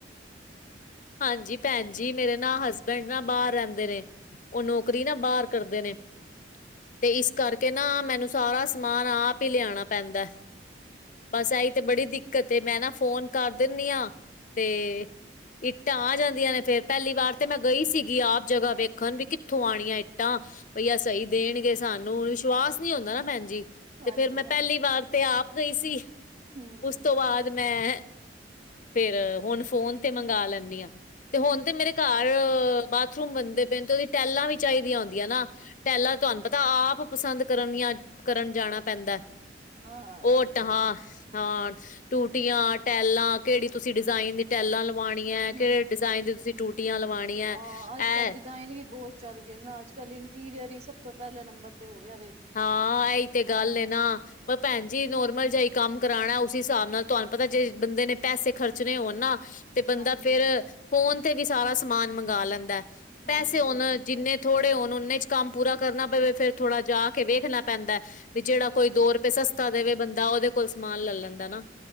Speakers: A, on the left; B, on the right.
A: ਹਾਂਜੀ ਭੈਣ ਜੀ ਮੇਰੇ ਨਾ ਹਸਬੈਂਡ ਨਾ ਬਾਹਰ ਰਹਿੰਦੇ ਨੇ। ਉਹ ਨੌਕਰੀ ਨਾ ਬਾਹਰ ਕਰਦੇ ਨੇ ਤੇ ਇਸ ਕਰਕੇ ਨਾ ਮੈਨੂੰ ਸਾਰਾ। ਮਾਨ ਆਪ ਹੀ ਲਿਆਣਾ ਪੈਂਦਾ। ਬਸ ਇਹੀ ਤੇ ਬੜੀ ਦਿੱਕਤ ਮੈਂ ਨਾ ਫੋਨ ਕਰ ਦਿੰਦੀ ਆ ਤੇ। ਇੱਟਾਂ ਆ ਜਾਂਦੀਆਂ ਨੇ ਫੇਰ ਪਹਿਲੀ ਵਾਰ ਤੇ ਮੈਂ ਗਈ ਸੀਗੀ ਆਪ ਜਗ੍ਹਾ ਵੇਖਣ ਵੀ ਕਿੱਥੋਂ ਆਣੀਆਂ ਇੱਟਾਂ। ਬਈ ਆ ਸਹੀ ਦੇਣਗੇ ਸਾਨੂੰ ਵਿਸ਼ਵਾਸ ਨਹੀਂ ਆਉਂਦਾ ਨਾ ਭੈਣ ਜੀ।
B: ਹਾਂਜੀ-ਹਾਂਜੀ
A: ਤੇ ਫੇਰ ਮੈਂ ਪਹਿਲੀ ਵਾਰ ਤੇ ਆਪ ਗਈ ਸੀ
B: ਹੂੰ
A: ਉਸ ਤੋਂ ਬਾਅਦ। ਮੈਂ ਫੇਰ ਹੁਣ ਫੋਨ ਤੇ ਮੰਗਾ ਲੈਂਦੀ ਹਾਂ। ਤੇ ਹੁਣ ਤੇ ਮੇਰੇ ਘਰ ਬਾਥਰੂਮ ਬੰਦੇ ਪਏ ਤੇ ਉਹਦੀ ਟੈਲਾਂ ਵੀ ਚਾਹੀਦੀਆਂ ਹੁੰਦੀਆਂ ਨਾ। ਪਹਿਲਾਂ
B: ਅੱਛਾ-ਅੱਛਾ
A: ਤੁਹਾਨੂੰ ਪਤਾ ਆਪ ਪਸੰਦ ਕਰਨ ਜਾਂ ਕਰਨ ਜਾਣਾ ਪੈਂਦਾ।
B: ਹਾਂ
A: ਉਟ
B: ਇਹ ਤੇ
A: ਹਾਂ।
B: ਹੈ।
A: ਹਾਂ ਟੂਟੀਆਂ ਟੈਲਾਂ ਕਿਹੜੀ ਤੁਸੀਂ ਡਿਜ਼ਾਇਨ ਦੀ ਟੈਲਾਂ। ਲਵਾਣੀ ਹੈ ਕਿਹੜੇ
B: ਹੂੰ
A: ਡਿਜ਼ਾਇਨ ਦੀ ਤੁਸੀਂ ਟੂਟੀਆਂ ਲਵਾਣੀ ਹੈ
B: ਹਾਂ ਅੱਜ
A: ਇਹ।
B: ਕੱਲ੍ਹ ਡਿਜ਼ਾਇਨ ਵੀ ਬਹੁਤ ਚੱਲ ਗਏ ਨਾ ਅੱਜ ਇੰਟੀਰੀਅਰ ਹੀ ਸਭ ਤੋਂ ਪਹਿਲੇ ਨੰਬਰ ਤੇ ਹੋ ਗਿਆ ਵੇ।
A: ਹਾਂ ਇਹੀ ਤੇ ਗੱਲ
B: ਹਾਂ
A: ਏ ਨਾ। ਪਰ ਭੈਣ ਜੀ ਨੋਰਮਲ ਜਿਹਾ ਕੰਮ ਕਰਾਉਣਾ ਉਸ ਹਿਸਾਬ ਨਾਲ ਤੁਹਾਨੂੰ ਪਤਾ ਜੇ ਬੰਦੇ ਨੇ ਪੈਸੇ ਖਰਚਣੇ ਹੋਣ ਨਾ। ਤੇ ਬੰਦਾ
B: ਹਾਂਜੀ-ਹਾਂਜੀ
A: ਫੇਰ ਫੋਨ ਤੇ ਵੀ ਸਾਰਾ ਸਮਾਨ ਮੰਗਵਾ ਲੈਂਦਾ ਪੈਸੇ
B: ਹਾਂਜੀ-ਹਾਂਜੀ
A: ਹੋਨ ਜਿੰਨੇ।
B: ਭੈਣ
A: ਹੁਣ ਉਨੇ ਚ ਕੰਮ ਪੂਰਾ ਕਰਨਾ ਪਵੇ। ਫਿਰ ਥੋੜਾ ਜਾ ਕੇ ਵੇਖਣਾ ਪੈਂਦਾ। ਜਿਹੜਾ
B: ਹਾਂਜੀ-ਹਾਂਜੀ
A: ਕੋਈ ਦੋ ਰੁਪਏ ਸਸਤਾ ਦੇਵੇ ਬੰਦਾ ਉਹਦੇ ਕੋਲ ਸਮਾਨ ਲੈ ਲੈਂਦਾ ਨਾ।